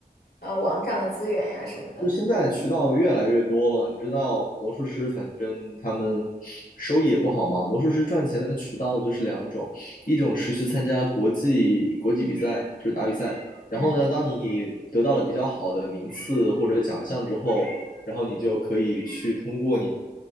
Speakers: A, on the left; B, on the left.
A: 呃网上的资源呀什么的？
B: 就是现在渠道越来越多了，你知道魔术师，反正他们收益也不好嘛。魔术师赚钱的渠道就是两种，一种是去参加国际国际比赛，就是打比赛。然后呢，
A: 嗯
B: 当你得到了比较好的名次或者奖项之后，然后你就可以去通过。